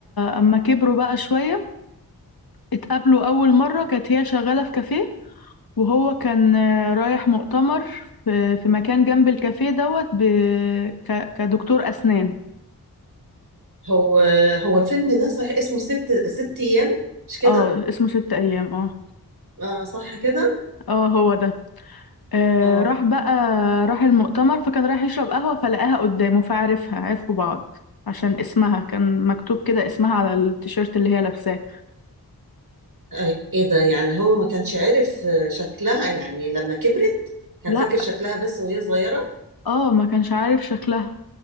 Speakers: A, on the left; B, on the right.
A: اما كبروا بقى شوية اتقابلوا اول مرة كانت هي شغالة في كافيه وهو كان آه، رايح مؤتمر في في مكان جنب الكافيه دوت ب... ك... كدكتور أسنان
B: هو هو الفيلم ده صحيح اسمه ست ست ايام مش كده؟
A: اه اسمه ست أيام اه
B: اه صح كده؟
A: اه هو ده آه
B: اه
A: راح بقى راح المؤتمر فكان رايح يشرب قهوة فلقاها قدامه فعرفها عرفوا بعض عشان اسمها كان مكتوب كده اسمها على التيشيرت اللي هي لابساه
B: آه، ايه ده يعني هو ما كانش عارف آه، شكلها يعني لما كبرت كان
A: لا
B: فاكر شكلها بس وهي صغيرة
A: اه ما كانش عارف شكلها